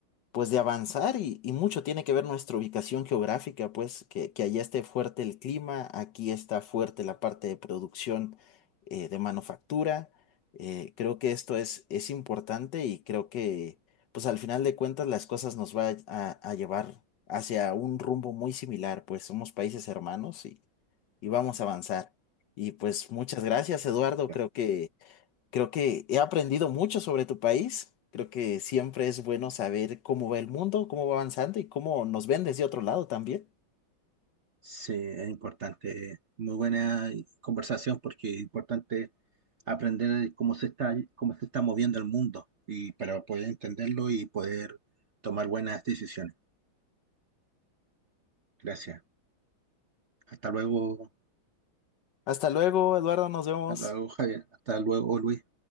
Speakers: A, on the left (about 65°); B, on the right (about 45°).
A: pues de avanzar y, y mucho tiene que ver nuestra ubicación geográfica, pues que, que allá esté fuerte el clima, aquí está fuerte la parte de producción eh, de manufactura. Eh, creo que esto es, es importante y creo que pues al final de cuentas las cosas nos va a, a llevar hacia un rumbo muy similar, pues somos países hermanos y, y vamos a avanzar. Y pues muchas gracias, Eduardo,
B: Ya.
A: creo que Creo que he aprendido mucho sobre tu país. Creo que siempre es bueno saber cómo va el mundo, cómo va avanzando y cómo nos ven desde otro lado también.
B: Sí, es importante, muy buena conversación porque es importante aprender cómo se está, cómo se está moviendo el mundo y para poder entenderlo y poder tomar buenas decisiones. Gracias. Hasta luego,
A: Hasta luego, Eduardo, nos vemos.
B: hasta luego, Javier. Hasta luego, Luis.